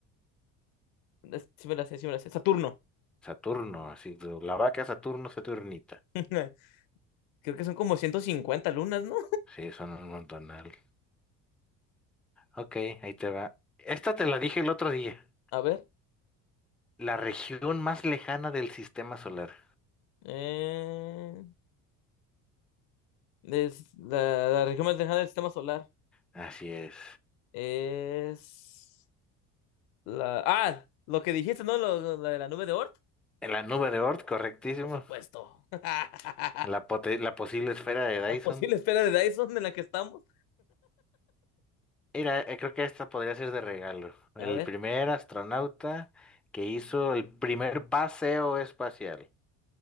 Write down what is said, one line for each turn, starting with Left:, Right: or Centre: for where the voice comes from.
Left: es- Sí me la sé, sí me la sé. Saturno.
Centre: Saturno, así, la vaca Saturno, Saturnita.
Left: <laughs> Creo que son como 150 lunas, ¿no?
Centre: Sí, son un montonal. Ok, ahí te va. Esta te la dije el otro día.
Left: A ver.
Centre: La región más lejana del sistema solar.
Left: eh, es la, la región más lejana del sistema solar.
Centre: Así es.
Left: Es la... Ah, lo que dijiste, ¿no? Lo- lo- la de la nube de Oort.
Centre: En la nube de Oort, correctísimo.
Left: Por supuesto. <laughs>
Centre: La, pote- la posible esfera de
Left: La
Centre: Dyson.
Left: posible esfera de Dyson en la que estamos.
Centre: Mira, eh, creo que esta podría ser de regalo. El
Left: A ver.
Centre: primer astronauta que hizo el primer paseo espacial.